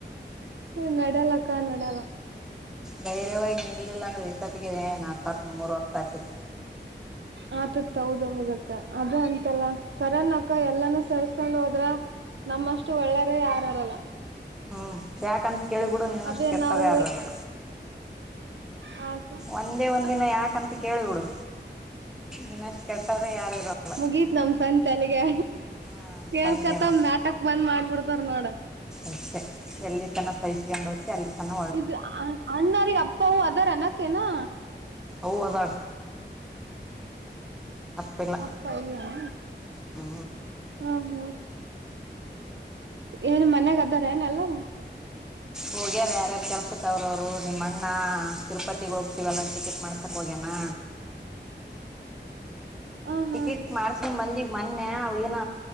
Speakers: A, on the right; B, in the centre.
A: ಹ್ಮ ನಡ್ಯಾಲಕ್ಕ ನಡ್ಯಾಲ್.
B: ಧೈರ್ಯವಾಗಿ ನಿರ್ಲಿಲ್ಲ ಅಂದ್ರೆ ಈ ಸತಿಗೆ ನಾ ಸತ್ ಮೂರ್ವರ್ಷ ಆತಿತ್ತು.
A: ಆತಿತ್ ಹೌದ ಹೌದಕ್ಕ ಅದ ಅಂತಲ್ಲ ಕರನ್ ಅಕ್ಕ ಎಲ್ಲಾನ ಸಹಿಸ್ಕೊಂಡ್ ಹೋದ್ರ. ನಮ್ಮಷ್ಟ ಒಳ್ಳೆರೆ ಯಾರಿರಲ್ಲ.
B: ಹ್ಞೂ ಯಾಕಂತ ಕೇಳಬಿಡು ನೀನ್ನಷ್ಟ
A: ಅದೇ
B: ಕೆಟ್ಟೋರೆ
A: ನಾವು
B: ಯಾರ್ ಇರಲ್ಲ.
A: ಹಾ ಅಕ್ಕ.
B: ಒಂದೇ ಒಂದಿನ ಯಾಕಂತ ಕೇಳಿಬಿಡು ನಿನ್ನಷ್ಟ ಕೆಟ್ಟವ್ರೆ ಯಾರು ಇರಲ್.
A: ಮೂಗೀತ್ ನಮ್ ಸಂತಲ್ಲಿಗೆ
B: ಹಾಂ
A: ಕೇಳ್ಕತ್ತಮ
B: ಹಂಗೆ ನಾವು
A: ನಾಟಕ್ ಬಂದ್ ಮಾಡ್ಬಿಡ್ತಾರ ನೋಡ.
B: ಅಷ್ಟೆ ಎಲ್ಲಿ ತನ ಸಹಿಸಕೊಂಡು ಹೋ ಅಲ್ಲಿತನ
A: ಇದು ಅ ಅಣ್ಣಾರಿಗ ಅಪ್ಪ ಅವ್ವಾ ಅದರೇನ್ ಅಕ್ಕ ಹೀನಾ.
B: ಅವ್ವ ಅದಳ. ತಪ್ಪಿಲ್ಲ
A: ಅಪ್ಪ ಇಲ್ಲನ
B: ಹ್ಞೂ
A: ಹ್ಮ ಹ್ಮ್. ಏನ್ ಮನ್ಯಾಗ ಅದಾರೇನ್ ಎಲ್ಲರೂ.
B: ಹೋಗ್ಯಾರ ಯಾರ್ಯಾರ ಕೆಲ್ಸಕ್ ಅವ್ರರು ಅವ್ರು ನಿಮ್ಮಣ್ಣ ತಿರುಪತಿಗ್ ಹೋಗತಿವಲ್ಲ ಟಿಕೆಟ್ ಮಾಡ್ಸಕ್ ಹೋಗ್ಯನಾ.
A: ಹ ಹಾ
B: ಟಿಕಿಟ್ ಮಾಡಸ್ಕಂದ ಬಂದಿವ ಮನ್ನೆ ಅವ ಏನ.